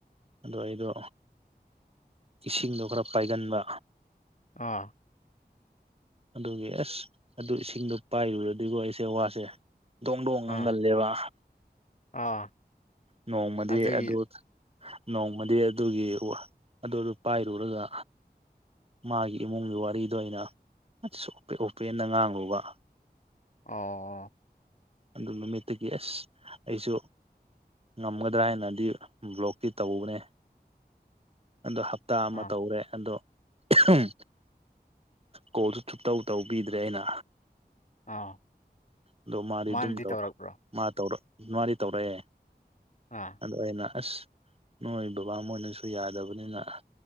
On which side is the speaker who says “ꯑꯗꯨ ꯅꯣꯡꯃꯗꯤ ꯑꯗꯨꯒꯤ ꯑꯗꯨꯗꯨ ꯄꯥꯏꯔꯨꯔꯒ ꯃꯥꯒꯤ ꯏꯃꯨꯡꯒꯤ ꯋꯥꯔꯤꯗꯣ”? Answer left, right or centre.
Right